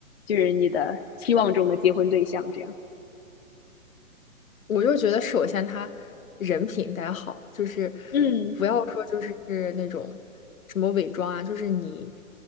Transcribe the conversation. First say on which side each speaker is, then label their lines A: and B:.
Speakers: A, on the left (about 50°); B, on the left (about 75°).
A: 就是你的期望中的结婚对象这样？
B: 我就觉得首先他人品得好，就是
A: 嗯，
B: 不要说就是那种什么伪装啊，就是你